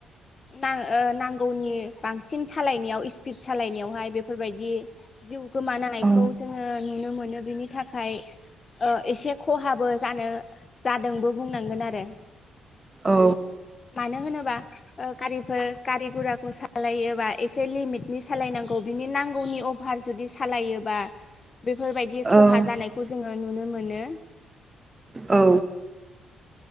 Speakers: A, on the left (about 35°); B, on the right (about 20°).
A: ना नांगौनि बांसिन सालायनायाव स्पिड सालायनायावहाय बेफोरबायदि जिउ गोमानायखौ
B: औ
A: जोङो नुनो मोनो बिनि थाखाय एसे खहाब बो जानो जादोंबो बुंनांगोन आरो।
B: औ
A: मानो होनोबा गारिफोर गारि गुराखौ सा सालायोबा एसे लिमिटनि सालायनांगौ। बिनि नांगौनि अभार जुदि सालायोबा बेफोरबायदि खहा
B: औ
A: जानायखौ जोङो नुनो। मोनो।
B: औ।